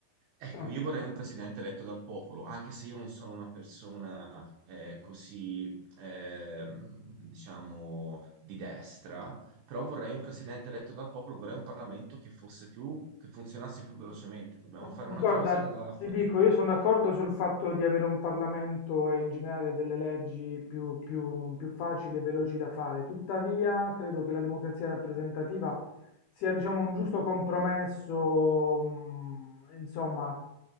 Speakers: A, on the right (about 80°); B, on the left (about 80°).
A: Ecco,
B: sì.
A: io vorrei un presidente eletto dal popolo, anche se io non sono una persona eh, così, ehm, diciamo, di destra, però vorrei un presidente eletto dal popolo, vorrei un Parlamento che fosse più, che funzionasse più velocemente. Dobbiamo fare
B: Guarda,
A: una cosa, la,
B: ti dico, io sono d'accordo sul fatto di avere un Parlamento e in generale delle leggi più, più, più facili e veloci da fare. Tuttavia, credo che la democrazia rappresentativa sia, diciamo, un giusto compromesso, mh, insomma,